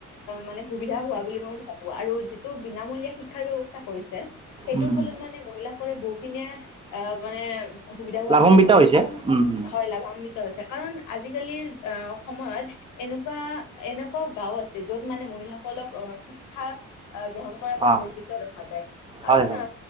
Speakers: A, on the left (about 85°); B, on the right (about 20°).
A: মানে সুবিধা হোৱা বুলি মই ভা আৰু যিটো বিনামূলীয়া শিক্ষাৰ ব্যৱস্থা কৰিছে সেইটোৰ
B: উম
A: ফলত
B: উম
A: মানে মহিলা <unintelligible> বহুখিনিয়ে মানে সুবিধা হোৱা
B: লাভান্বিত
A: বুলি ভাবো,
B: হৈছে
A: কাৰণ
B: উম উম
A: হয় লাভান্বিত <unintelligible> কাৰণ আজিকালিৰ আহ সময়ত এনেকুৱা এনেকুৱাও গাঁও আছে, য'ত মানে মহিলাসকলক শিক্ষা গ্ৰহণ কৰাৰ পৰা
B: অ
A: বৰ্জিত ৰখা যায়, কাৰণ
B: হয় হয়